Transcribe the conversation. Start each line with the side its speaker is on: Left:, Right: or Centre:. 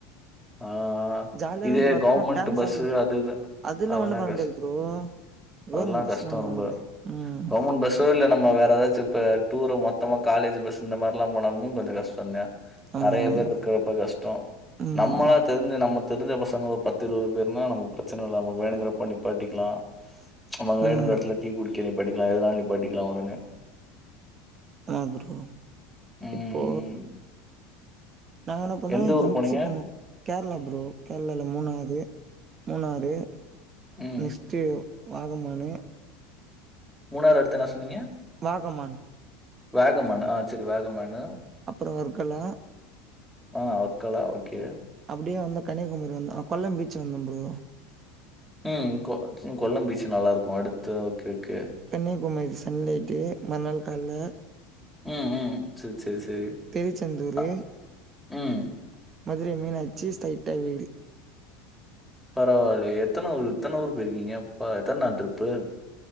Centre: ஆ ஆ
Right: ஜாலியா
Centre: இதே
Right: இருக்கு ப்ரோ அதுல
Centre: கவுமெண்ட்
Right: டான்ஸ்
Centre: பஸ்ஸு
Right: ஆடி
Centre: அது இது
Right: அதுலா
Centre: அதுனா
Right: ஒண்ணு பண்ண
Centre: கஷ்
Right: முடியாது ப்ரோ கவர்மெண்ட்
Centre: அதெல்லா
Right: பஸ்லா
Centre: கஷ்டோ
Right: ஒண்ணு
Centre: ரொம்ப
Right: பண்ண முடியாது ம்
Centre: கவர்மெண்ட் பஸ் டூ வீலர் நம்ம வேர எதாச்சு இப்ப டூரு மொத்தமா காலேஜ்சு பஸ் இந்த மாரில்லா போனாலும் கொஞ்சோ கஷ் சொன்ன
Right: ஆமா
Centre: நெறய
Right: ஆமா
Centre: பேரு இருக்கறப்ப கஷ்டோ
Right: ம்
Centre: நம்மனா
Right: ம்
Centre: தெரிஞ்ச நம்ம தெரிஞ்ச பசங்க ஒரு பத்து இருவது பேருனா நம்ம பிரச்சன இல்ல நமக்கு வேணுங்கிறப்ப நிப்பாட்டிக்கலா நமக்கு வேணுங்கிற
Right: ம்
Centre: எடத்துல டீ குடிக்க நீப்பாட்டிக்கலா எதனாலு நீப்பாட்டிக்கலா ஒடனே
Right: ஆ ப்ரோ
Centre: ம்.
Right: இப்போ நாங்க என்ன பண்ணோ
Centre: எந்த
Right: என்
Centre: ஊர்
Right: ஃப்ரெண்ட்ஸ்
Centre: போனீங்க?
Right: பண்ணோ கேரளா ப்ரோ கேரளால மூணாரு மூணாறு
Centre: ம்
Right: நெக்ஸ்ட்டு வாகமானு
Centre: மூணாறு அடுத்து என்ன சொன்னீங்க
Right: வாகமான்
Centre: வேகமானா ஆ சேரி வேகமானு
Right: அப்றோ வர்கலா
Centre: ஆ வர்கலா ஓகே
Right: அப்டியே வந்தோ கன்னியாகுமரி வந்தோ கொல்லம் பீச் வந்தோ ப்ரோ
Centre: ம் கொ கொல்லம் பீச்சு நல்லா இருக்கு அடுத்து ஓகே ஓகே
Right: கன்யாகுமரி சன்லைட்டு மறுநாள் கால்ல
Centre: ம் ம் செரி செரி செரி
Right: திருச்செந்தூர்
Centre: ஆ ம்
Right: மதுரை மீனாச்சி ஸ்ட்ரைட்டா வீடு
Centre: பரவாலயே எத்தன ஊர் இத்தன ஊர் போயிருக்கீங்க எத்தன நாள் ட்ரிப்பு